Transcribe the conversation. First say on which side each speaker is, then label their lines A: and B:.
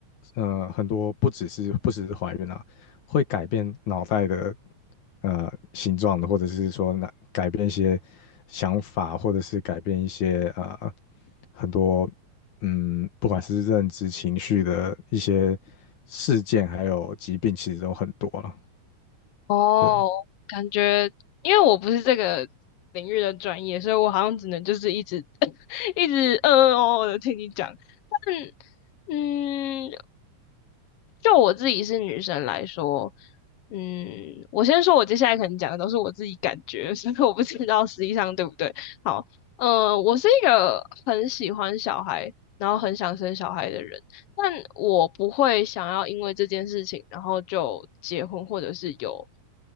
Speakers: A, on the left (about 65°); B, on the left (about 75°).
A: 呃很多不只是不只是怀孕啊，会改变脑袋的呃形状的，或者是说那改变一些想法，或者是改变一些呃很多嗯不管是认知、情绪的一些事件，还有疾病，其实都很多了。
B: 哦，
A: 对，
B: 感觉因为我不是这个领域的专业，所以我好像只能就是一直 <laughs> 一直嗯嗯哦哦的听你讲。但嗯，就我自己是女生来说，嗯，我先说，我接下来可能讲的都是我自己感觉，<laughs> 所以我不知道实际上对不对。好，呃，我是一个很喜欢小孩，然后很想生小孩的人，但我不会想要因为这件事情，然后就结婚或者是有